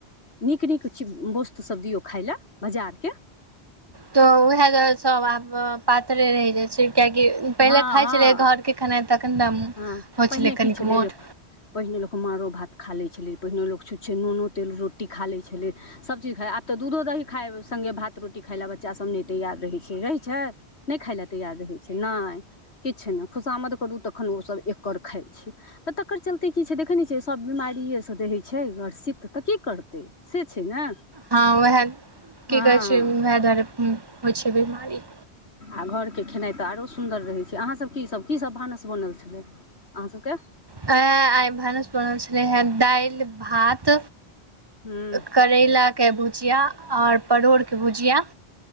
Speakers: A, on the left; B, on the right.
A: नीक नीक च वस्तुसभ दियौ खाय लेल बाजारके
B: तऽ उएह दूआरे सब आब पातरे रहि जाइ छै कियाकि पहिले
A: हँ
B: खाइत
A: हँ
B: छलै घरके खेनाइ तखन ने
A: हँ
B: होइ
A: पहिने
B: कनिक
A: की छलै
B: मोट
A: जे पहिने लोक मारो भात खा लै छलै पहिने लोक छूछै नूनो तेल रोटी खा लै छलै सब चीज खाइ आब त अ दूध दही खाइ मे गे भात रोटी खाय ला बच्चा सब नइ तैयार रहै छै छै नहि खाय लै तैयार रहै छै नहि किछ नहि खुशामद करू तऽ तखन ओसभ एककर खाइ छै तऽ तकर चलते की छै देखै नहि छियै सब बीमारीये सँ रहय छै तऽ तऽ की करतै से छै ने
B: हँ उएह
A: हँ
B: की कहै छै उएह दुआरे होइ छै बीमारी
A: आ घर के खेनाई तऽ आरो सुन्दर रहय छै अहाँ सब के की सब भानस बनल छलै अहाँ सबके
B: अ आइ भानस बनल छलैहे दइल भात
A: हूँ
B: करैलाके भुजिया ओर परोड़के भुजिया